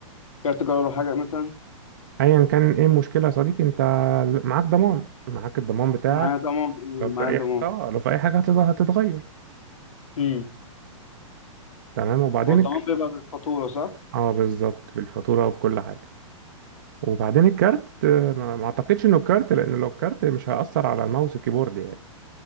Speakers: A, on the left; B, on the right.
A: كارت جوه ولا حاجة مثلا
B: ايا كان ايه المشكلة يا صديقي انت معاك ضمان معاك الضمان بتاعك
A: معايا ضمان إيه،
B: لو في
A: معايا
B: اي
A: ضمان
B: ب- حاجه اه لو في اي حاجه هتت- هتتغير
A: امم
B: تمام وبعدين
A: هو الضمان
B: الك...
A: بيبقى بالفاتورة صح؟
B: اه بالظبط بالفاتوره وبكل حاجه وبعدين الكارت آه، ما ما اعتقدش انه الكارت لان لو الكارت مش هيأثر على الماوس والكيبورد يعني